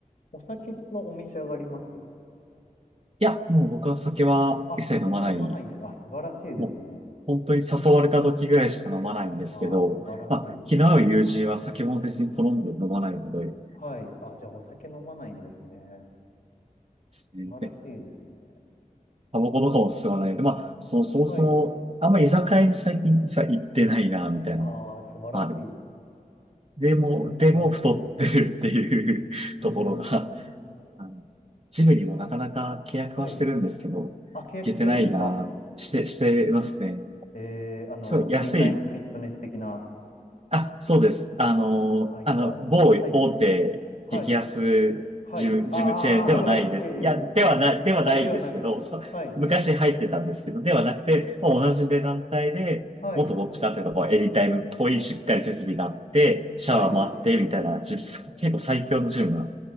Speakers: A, on the left (about 75°); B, on the right (about 45°).
A: お酒はお召し上がります
B: いや、もう僕は酒は一切飲まない。
A: あ、お酒飲まないんです。あ、素晴らしいですね。
B: もう本当に誘われた時ぐらいしか飲まないんですけど、
A: ああ、素晴らしい。
B: まあ、気の合う友人は酒も別に好んで飲まないので、で
A: はい。あ、じゃあお酒飲まないんですね。
B: すねで
A: 素晴らしいですね。
B: タバコとかも吸わないので、まあ、そ、そもそも、
A: はい。
B: あんま居酒屋に最近さ、行ってないな、みたいな、
A: ああ、素晴らしい。
B: ある。でも、
A: それはけど素晴らしいですね。
B: でも太ってるっていう <laughs>
A: うーん。
B: ところが、あのジムにもなかなか契約はしてるんですけど、
A: はい。
B: 行けてないな、
A: あ、契約してるんですか
B: して、してますね。
A: えー、あの、
B: そう、安い
A: エニタイムフィットネス的な、
B: あ、そうです。あの、
A: あ、あ、いた。
B: あの、某大手激安ジム、
A: はい。はい。はい。あー、
B: ジムチェーンではないんです。
A: <laughs> まあ、ええ
B: いや、ではな、ではないんですけど、
A: あ、ではなくて。
B: そう昔入ってたんですけど、
A: はい。
B: ではなくて、まあ、同じ値段帯で、
A: はい。
B: もっとどっちかっていうと、こうエリタイムっぽいしっかり設備があって、シャワーもあって、
A: はい。
B: みたいな、ジム結構最強のジムが